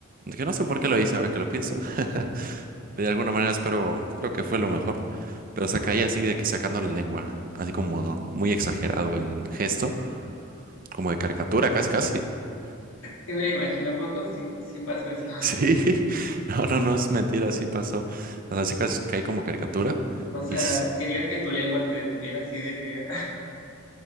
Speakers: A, on the right (about 45°); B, on the left (about 80°).
A: Que no sé por qué lo hice ahora que lo pienso. <laughs> De alguna manera espero, creo que fue lo mejor. Pero se caía así de que sacando la lengua. Así como muy exagerado el gesto. Como de caricatura, casi, casi. <laughs>
B: Sí me lo imagino, ¿a poco sí, sí pasó eso.
A: Sí. No, no, no es mentira, así pasó. O sea, sí casi caí como caricatura.
B: O sea,
A: Y, s-
B: querías que tu lengua te detuviera así de que...